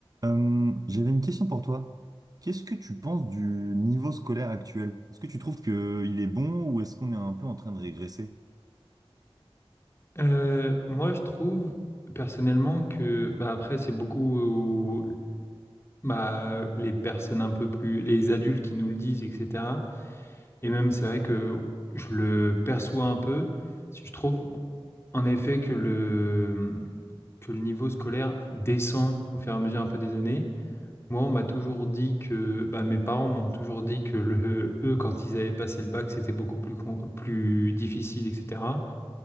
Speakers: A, on the right (about 40°); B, on the left (about 25°).
A: Euh, j'avais une question pour toi. Qu'est-ce que tu penses du niveau scolaire actuel? Est-ce que tu trouves qu'il est bon ou est-ce qu'on est un peu en train de régresser?
B: Euh, moi, je trouve personnellement que, bah, après, c'est beaucoup euh, bah, les personnes un peu plus, les adultes qui nous le disent, etc. Et même, c'est vrai que je le perçois un peu. Si je trouve, en effet, que le, que le niveau scolaire descend au fur et à mesure un peu des années. Moi, on m'a toujours dit que, bah, mes parents m'ont toujours dit que le, eux, quand ils avaient passé le bac, c'était beaucoup plus, con- plus difficile, etc.